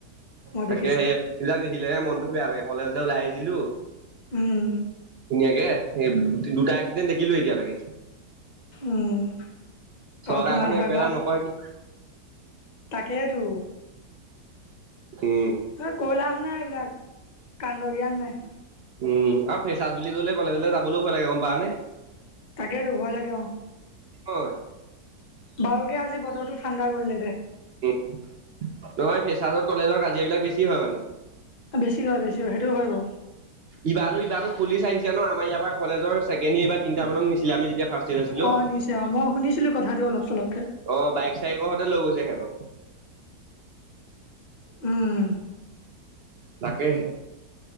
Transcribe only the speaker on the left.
মই
দেখিছোঁ
উম,
উম
আৰু কিমান হয়
বা
তাকেইতো
অ কলাম নাই এইবিলাক কান্দ গীয়ান নাই <unintelligible>
তাকেটো ভয় লাগে অ
বাৰুকে আজি বতৰটো ঠাণ্ডা কৰিলে দে
বেছি গা বেছি সেইটোও হয় বাৰু
অ', নিছে অ', মই শুনিছিলোঁ কথাটো অলপ চলপকে
উম,